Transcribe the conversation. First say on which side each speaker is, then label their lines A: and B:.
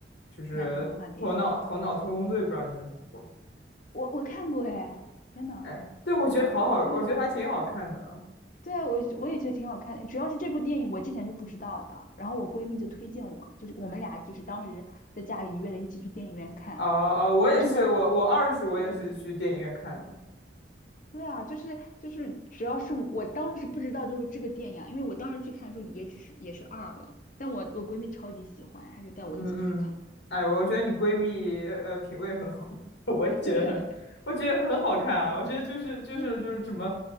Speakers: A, on the left; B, on the left.
A: 就是《头脑头脑特工队》，
B: 哪个动画电影？
A: 不知道你们听过？
B: 我我看过哎，天呐，
A: 哎，对，我觉得好好，我觉得还挺好看的。
B: 对啊，对啊，我我也觉得挺好看的。主要是这部电影我之前是不知道的，然后我闺蜜就推荐我，就是我们俩就是当时在家里约了一起去电影院看，
A: 啊啊，我也是，
B: 我觉得真的，
A: 我我二是我也是去电影院看的。
B: 对啊，对啊，就是就是主要是我当时不知道就是这个电影啊因为我当时去看的时候也只是也是二了，但我我闺蜜超级喜欢，她就带我一起去看，
A: 嗯嗯，哎，我觉得你闺蜜呃呃品味很好，
B: 对
A: <laughs> 我也觉得很，
B: <laughs>
A: 我觉得很好看啊。我觉得就是就是就是什么，
B: 对。